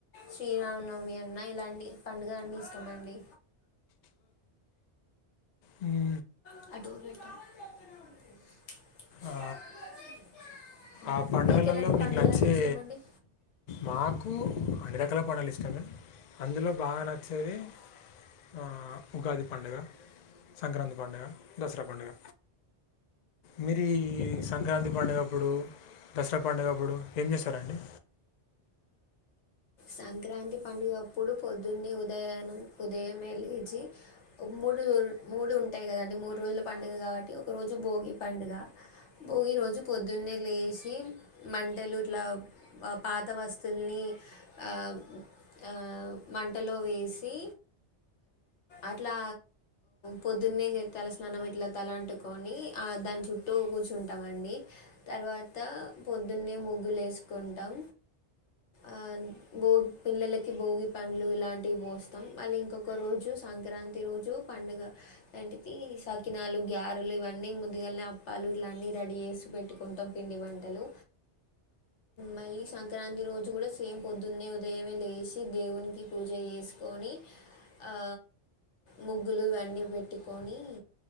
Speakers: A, on the left (about 80°); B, on the left (about 60°).
A: శ్రీరామనవమి అన్న ఇలాంటి పండుగలన్ని ఇష్టమండి
B: హు
A: <inaudible>
B: ఆ,
A: ఉమ్,
B: ఆ పండుగలలో
A: ఎలాంటి
B: మీకు
A: పండుగలంటే
B: నచ్చే
A: ఇష్టమండి
B: మాకు అన్ని రకాల పండుగలు ఇష్టం కానీ అందులో బాగ నచ్చేది ఆ ఉగాది పండగ సంక్రాతి పండగ దసరా పండగ మీరి సంక్రాంతి పండుగప్పుడు దసరా పండుగప్పుడు ఏం చేస్తరండి
A: సంక్రాంతి పండుగప్పుడు పొద్దున్నే ఉదయన్నే ఉదయమే లేచి ఓ మూడు మూడు ఉంటాయి కదండి మూడు రోజుల పండుగ కాబట్టి ఒక రోజు భోగి పండగ భోగి రోజు పొద్దున్నే లేసి మంటలు ఇట్ల పాత వస్తువుల్ని ఆ ఆ మంటలో వేసి అట్లా పొద్దున్నే తల స్నానం ఇట్ల తలా అంటుకొని ఆ దాని చుట్టూ కూర్చుంటాం అండి తర్వాత పొద్దున్నే ముగ్గులు వేసుకుంటాం ఆ భోగ్ పిల్లలకి భోగి పండ్లు ఇలాంటివి పోస్తాం మళ్ళీ ఇంకొక రోజు సంక్రాంతి రోజు పండుగ ఎంటితి సాకినాలు గ్యారెలు ఇవన్నీ ముందుగాల్నే అప్పాలు ఇట్ల అన్ని రెడీ చేసి పెట్టుకుంటాం పిండి వంటలు మళ్ళీ సంక్రాంతి రోజు కూడ సేమ్ పొద్దున్నే ఉదయమే లేసి దేవునికి పూజ చేసుకొని ఆ ముగ్గులు ఇవన్నీ పెట్టుకొని